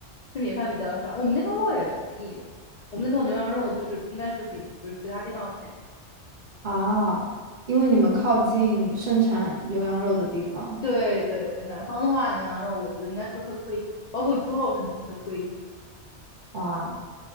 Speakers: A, on the left; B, on the right.
A: 吃米饭比较少。我们那头肉也便宜，我们那头牛羊肉就是应该是比就是其他地方要便宜一些。
B: 啊，因为你们靠近盛产牛羊肉的地方，
A: 对对对，南方的话，牛羊肉我觉得应该是会贵一点，包括猪肉甚至会贵一点。
B: 哇，